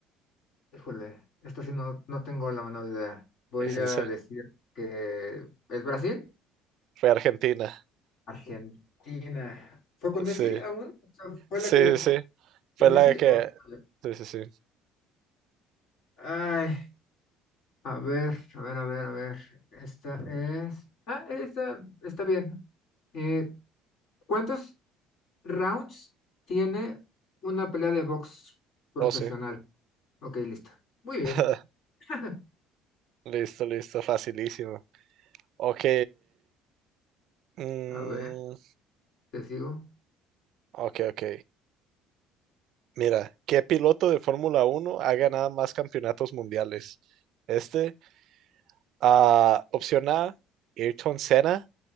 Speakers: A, on the left; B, on the right.
A: Híjole, esto sí no, no tengo la menor idea. Voy
B: Es en
A: a
B: serio.
A: decir que es Brasil,
B: Fue Argentina.
A: Argentina. ¿Fue con
B: Sí,
A: Messi aún? O sea, ¿fue
B: sí,
A: la que
B: sí. sí. Fue
A: con Messi?
B: la
A: o-
B: que...
A: vale.
B: Sí, sí, sí.
A: Ay, a ver, a ver, a ver, a ver. Esta es. Ah, esta está bien. Eh, ¿cuántos rounds tiene una pelea de box profesional?
B: Oh, sí.
A: Ok, lista. Muy bien.
B: <laughs>
A: <laughs>
B: Listo, listo, facilísimo. Ok. mm,
A: A ver, te sigo.
B: ok, ok. Mira, ¿qué piloto de Fórmula uno ha ganado más campeonatos mundiales? Este, ah, opción A, Ayrton Senna.